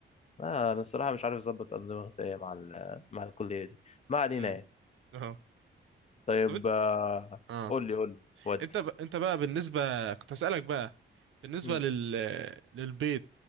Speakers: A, on the left (about 35°); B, on the right (about 85°).
A: لا انا الصراحه مش عارف اظبط انظمه غذائيه مع ال- مع الكليه دي ما علينا
B: امم
A: يعني
B: اه
A: طيب
B: طب انت
A: آه،
B: اه
A: قول لي قول لي ودي
B: انت ب... انت بقى بالنسبه كنت هسألك بقى بالنسبة
A: مم.
B: لل... للبيض